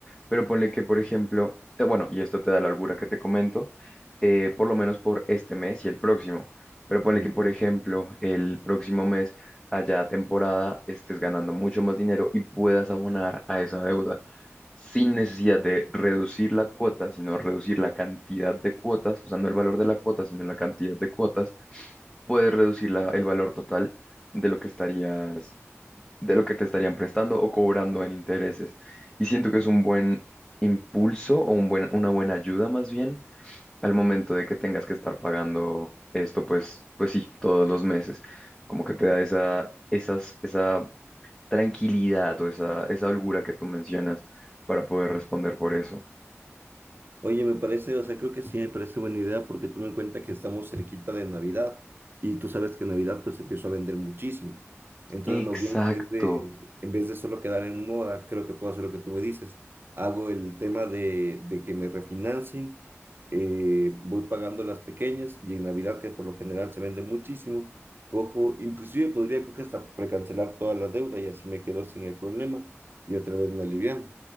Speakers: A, in the centre; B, on the right.
A: Pero ponle que, por ejemplo, te- bueno, y esto te da la holgura que te comento, eh, por lo menos por este mes y el próximo. Pero ponle
B: ujú.
A: que, por ejemplo, el próximo mes, allá temporada, estés ganando mucho más dinero y puedas abonar a esa deuda sin necesidad de reducir la cuota, sino reducir la cantidad de cuotas, o sea, no el valor de la cuota, sino la cantidad de cuotas, puedes reducir la- el valor total de lo que estarías, de lo que te estarían prestando o cobrando en intereses. Y siento que es un buen impulso o un buen, una buena ayuda más bien al momento de que tengas que estar pagando esto, pues, pues sí, todos los meses. Como que te da esa, esas, esa tranquilidad o esa, esa holgura que tú mencionas para poder responder por eso.
B: Oye, me parece, o sea, creo que sí, me parece buena idea porque tú en cuenta que estamos cerquita de Navidad y tú sabes que en Navidad pues se empieza a vender muchísimo. Entonces,
A: Exacto,
B: más bien, en vez de, en vez de solo quedar en moda, creo que puedo hacer lo que tú me dices. Hago el tema de, de que me refinancien, eh, voy pagando las pequeñas y en Navidad, que por lo general se vende muchísimo, cojo, inclusive podría creo que hasta precancelar toda la deuda y así me quedo sin el problema y otra vez me alivian.